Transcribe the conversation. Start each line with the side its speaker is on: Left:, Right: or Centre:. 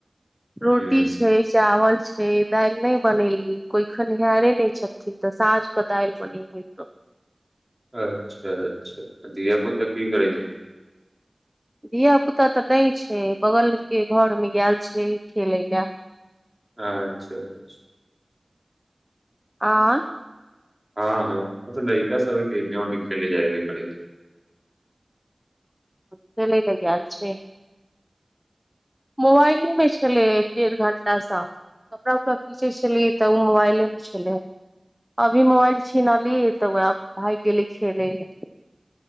Centre: रोटी
Right: हूँ
Centre: छै चावल छै। दाइल नहि बनेलियै कोइ खनिहारे नहि छथिन तऽ साँझ क दाइल बनेबय हम।
Right: अच्छा अच्छा, धिया पुता की करै छी।
Centre: धिया पुता तऽ नहि छै बगलके घरमे गैल छै खेलय ला।
Right: अच्छा अच्छा।
Centre: आ।
Right: हँ हँ, ओत लैका सब हइ तऽ एनी ओनी खेलै जाइबे करइ
Centre: खेलै लै गेल छै। मोबइले मे छेलै एक डेढ़ घंटा सऽ। कपड़ा उपड़ा खीचै छेलियै तऽ ओ मोबाइलेमे छलै। अभी मोबाइल छिनलीयै तऽ वएह भागि गेलै खेलै ले।